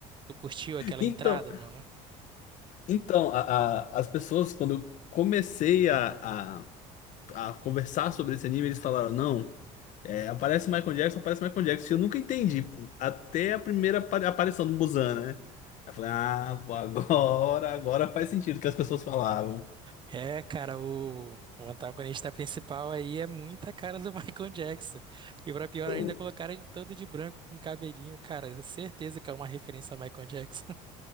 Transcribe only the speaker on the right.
Tu curtiu aquela
entrada, mano?
É, cara, o, o antagonista principal aí é muita cara do <laughs> Michael Jackson. E pra pior
ainda, colocaram ele todo de branco com cabelinho, cara. Certeza que é uma referência a Michael Jackson.